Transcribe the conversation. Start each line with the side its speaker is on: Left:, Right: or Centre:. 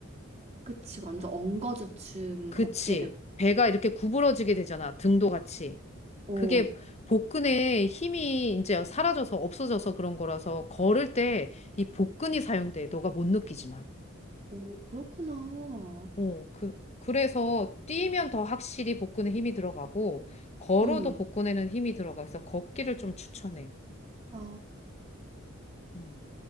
Right: 그치. 완전 엉거주춤
Left: 그치.
Right: 걷게 되고.
Left: 배가 이렇게 구부러지게 되잖아. 등도 같이.
Right: 어,
Left: 그게 복근에 힘이 이제 사라져서 없어져서 그런 거라서 걸을 때 이 복근이 사용돼. 너가 못 느끼지만.
Right: 오, 그렇구나.
Left: 어, 그, 그래서 뛰면 더 확실히 복근에 힘이 들어가고 걸어도
Right: 음.
Left: 복근에는 힘이 들어가서 걷기를 좀 추천해.
Right: 아,
Left: 음.